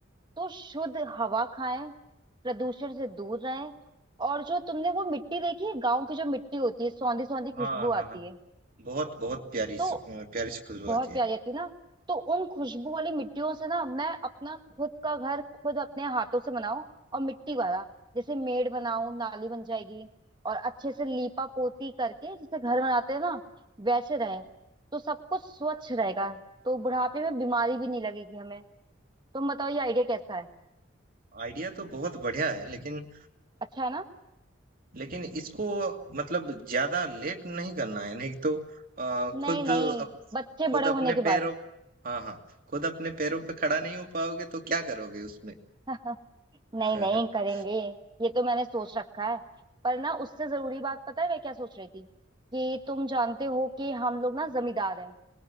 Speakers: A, on the right; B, on the right.
A: तो शुद्ध हवा खाएं प्रदूषण से दूर रहें और जो तुमने वो मिट्टी देखी है गांव की जो मिट्टी होती है सौंधी सौंधी खुशबू
B: हाँ हाँ
A: आती
B: हाँ
A: है
B: बहुत बहुत प्यारी सु-
A: तो
B: अ, प्यारी सी खुशबू
A: बहुत
B: आती है
A: प्यारी आती है ना तो उन खुशबू वाली मिट्टियों से ना मैं अपना खुद का घर खुद अपने हाथों से बनाऊं और मिट्टी वाला जैसे मेड़ बनाऊं नाली बन जाएगी और अच्छे से लीपा पोती करके जैसे घर बनाते हैं ना वैसे रहे तो सब कुछ स्वच्छ रहेगा तो बुढ़ापे में बीमारी भी नहीं लगेगी हमें तुम बताओ ये आइडिया कैसा है
B: आइडिया तो बहुत बढ़िया है लेकिन
A: अच्छा है ना
B: लेकिन इसको मतलब ज्यादा लेट नहीं करना है नहीं तो आ,
A: नहीं
B: खुद
A: नहीं
B: अप,
A: बच्चे
B: खुद
A: बड़े
B: अपने
A: होने के
B: पैरों
A: बाद
B: हाँ हाँ खुद अपने पैरों पे खड़ा नहीं हो पाओगे तो क्या करोगे उसमें
A: <laughs> नहीं
B: <laughs>
A: नहीं करेंगे ये तो मैंने सोच रखा है पर ना उससे जरूरी बात पता है मैं क्या सोच रही थी कि तुम जानते हो कि हम लोग ना जमींदार हैं